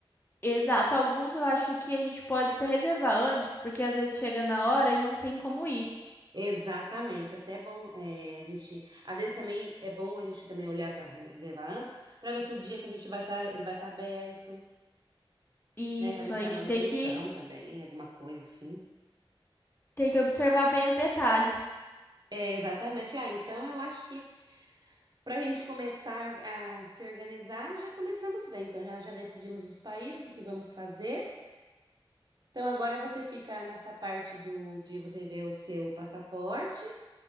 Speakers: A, on the left; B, on the right.
A: Exato, alguns eu acho que a gente pode até reservar antes, porque às vezes chega na hora e não tem como ir.
B: Exatamente, até é bom é, a gente, às vezes também é bom a gente também olhar para reservar antes, para ver se o dia que a gente vai estar, ele vai estar aberto,
A: Isso,
B: né? Às vezes
A: a
B: tá
A: gente
B: manutenção
A: tem que,
B: também, alguma coisa assim.
A: tem que observar bem os detalhes.
B: É, exatamente. Ah, então eu acho que para a gente começar a se organizar, já começamos bem. Então já, já decidimos os países, o que vamos fazer. Então agora você fica nessa parte do de você ver o seu passaporte